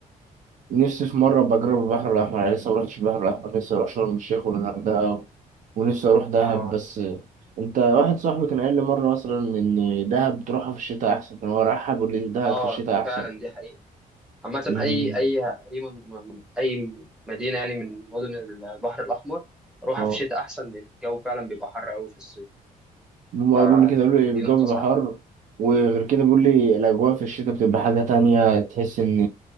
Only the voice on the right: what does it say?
نفسي في مره بجرب البحر الاحمر يعني لسه ما رحتش البحر الاحمر لسه اروح شرم الشيخ والغردقه ونفسي اروح دهب
بس انت واحد صاحبي كان قال لي مره مثلا ان دهب تروحها في الشتاء احسن كان هو رايحها بيقول لي دهب
في الشتاء احسن
امم
اه
هم
قالوا لي كده قالوا لي الجو
بيبقى
حر وغير كده بيقول لي الأجواء في الشتاء بتبقى حاجة تانية تحس إن